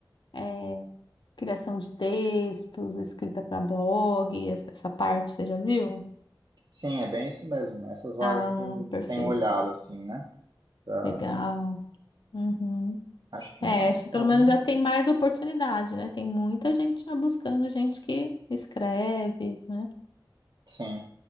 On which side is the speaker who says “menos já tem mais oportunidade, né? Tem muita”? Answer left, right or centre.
Left